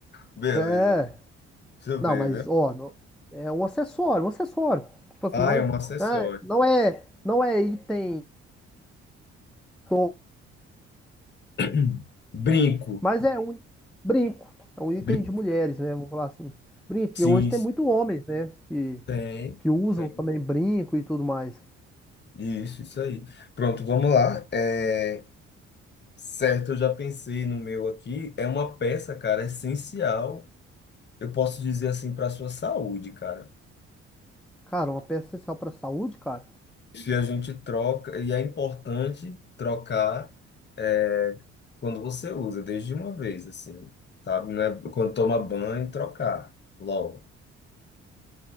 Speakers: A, on the left (about 30°); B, in the centre.
A: Beleza,
B: É.
A: deixa eu
B: Não,
A: ver,
B: mas,
A: viu?
B: ó, no- é um acessório, um acessório. Tipo assim,
A: Ah,
B: não,
A: é um acessório.
B: né, não é, não é item, to-
A: <clears throat> Brinco.
B: mas é um brinco. É um item
A: Brinco.
B: de mulheres, né? Vamos falar assim. Brinco, porque
A: Sim,
B: hoje tem muito homens, né? Que,
A: tem,
B: que usam
A: tem.
B: também brinco e tudo mais.
A: Isso, isso aí. Pronto, vamos lá. É, certo, eu já pensei no meu aqui. É uma peça, cara, essencial. Eu posso dizer assim para sua saúde, cara.
B: Cara, uma peça essencial pra saúde, cara.
A: e a gente troca, e é importante trocar é, quando você usa, desde uma vez, assim, sabe? Não é quando toma banho, trocar logo.